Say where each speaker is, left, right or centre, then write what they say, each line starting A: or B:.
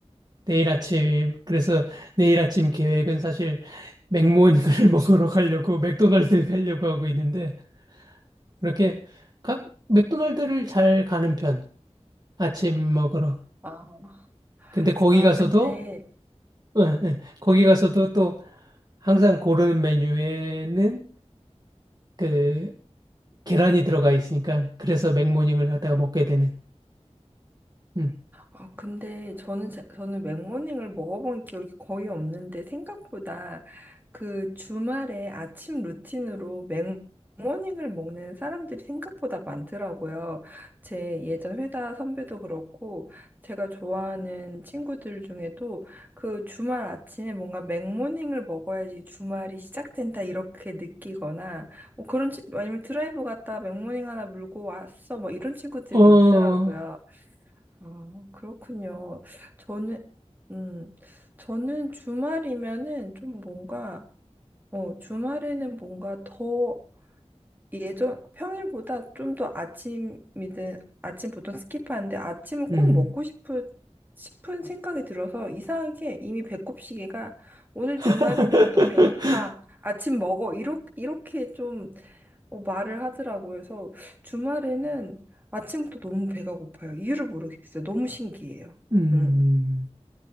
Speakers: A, on the right; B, on the right.
A: 내일 아침, 그래서 내일 아침 계획은 사실 맥모닝을 <laughs> 먹으러 가려고 맥도날드 가려고 하고 있는데, 그렇게 각 맥도날드를 잘 가는 편, 아침 먹으러.
B: 아,
A: 근데 거기
B: 아,
A: 가서도,
B: 근데,
A: 예, 예, 거기 가서도 또 항상 고르는 메뉴에는 그 계란이 들어가 있으니까, 그래서 맥모닝을 갖다가 먹게 되는. 음.
B: 아, 근데 저는, 자- 저는 맥모닝을 먹어본 기억이 거의 없는데, 생각보다 그 주말에 아침 루틴으로 맥모닝을 먹는 사람들이 생각보다 많더라고요. 제 예전 회사 선배도 그렇고, 제가 좋아하는 친구들 중에도 그 주말 아침에 뭔가 맥모닝을 먹어야지 주말이 시작된다 이렇게 느끼거나, 뭐 그런, 친- 아니면 드라이브 갔다가 맥모닝 하나 물고 왔어, 뭐 이런 친구들이
A: 어,
B: 있더라고요. 아, 그렇군요. 저는, 음, 저는 주말이면은 좀 뭔가, 어, 주말에는 뭔가 더 예전, 평일보다 좀 더 아침이든, 아침 보통 스킵하는데 아침을
A: 음,
B: 꼭 먹고 싶은, 싶은 생각이 들어서 이상하게 이미 배꼽 시계가 오늘 주말이니까
A: <laughs>
B: 너 배고파. 아침 먹어. 이렇게, 이렇게 좀 어, 말을 하더라고. 그래서 주말에는 아침부터 너무 배가 고파요. 이유를 모르겠어요. 너무 신기해요.
A: 음.
B: 음.